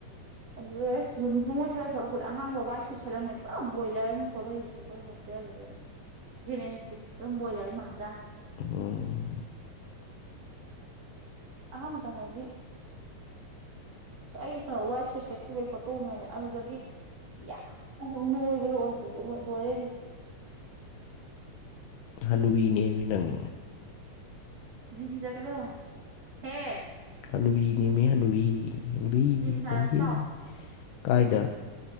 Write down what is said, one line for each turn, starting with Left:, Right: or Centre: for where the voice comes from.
Right: ꯑꯗꯨ ꯌꯨꯅꯤꯐꯣꯔꯝꯒ ꯁꯦꯂ ꯁꯂꯛꯄꯗ ꯑꯍꯥꯟꯕ ꯋꯥꯏꯠ ꯁꯨꯠꯦꯠꯂꯝꯃꯦ ꯄꯨꯔꯥ ꯕꯣꯏꯂꯔꯅꯤ ꯊꯣꯛꯂꯏꯁꯦ ꯑꯩꯈꯣꯏ ꯍꯣꯁꯇꯦꯜꯗ <unintelligible> ꯕꯣꯏꯂꯔ ꯃꯥꯟꯖꯥꯠꯅꯦ
Left: ꯎꯝ
Right: ꯑꯍꯥꯟꯕ ꯆꯪꯕꯗꯗꯤ ꯑ ꯑꯩꯅ ꯋꯥꯏꯁꯨ ꯁꯦꯠꯈꯕꯩ ꯄꯣꯠꯇꯣꯑꯝꯃꯦꯅꯦ ꯑꯗꯨꯗꯗꯤ ꯌꯥꯝꯅ ꯅꯣꯏꯕꯗꯣ ꯑꯣꯏꯗ ꯂꯣꯏꯔꯦ ꯍꯧꯁꯤꯛꯇꯤ
Left: ꯍꯅꯨꯕꯤꯅꯦꯃꯤꯅꯪ
Right: ꯖꯤꯝ ꯆꯠꯀꯗꯣ ꯍꯦ
Left: ꯍꯅꯨꯕꯤꯅꯦꯃꯤ ꯍꯅꯨꯕꯤ ꯍꯅꯨꯕꯤ
Right: ꯖꯤꯝ ꯁꯥꯟꯅꯁꯤ
Left: ꯍꯅꯨꯕꯤ
Right: ꯂꯥꯛꯑꯣ
Left: ꯀꯥꯏꯗ